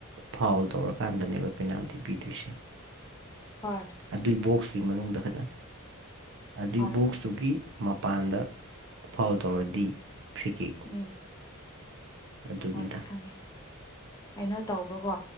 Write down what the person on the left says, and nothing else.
ꯍꯣꯏ
ꯍꯣꯏ
ꯍꯣꯏ
ꯎꯝ
ꯍꯣꯏ ꯈꯪꯉꯦ ꯀꯩꯅꯣ ꯇꯧꯕꯀꯣ